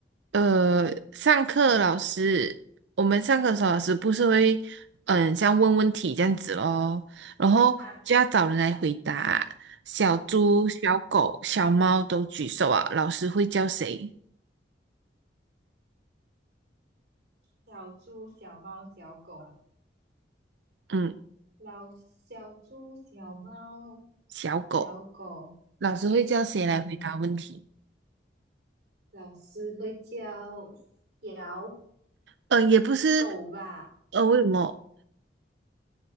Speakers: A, on the right; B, on the right.
A: 呃，上课老师，我们上课的时候老师不是会，嗯，像问问题这样子咯，然后就要找人来回答。
B: 啊，
A: 小猪、小狗、小猫都举手啊，老师会叫谁？
B: <laughs> 小猪、小猫、小狗啊，
A: 嗯，
B: 老小猪、小猫、
A: 小狗，
B: 小狗，
A: 老师会叫谁来回答问题？
B: 嗯，老师会叫小
A: 嗯，也不是，
B: 狗吧？
A: 呃，
B: 啊，
A: 为什么？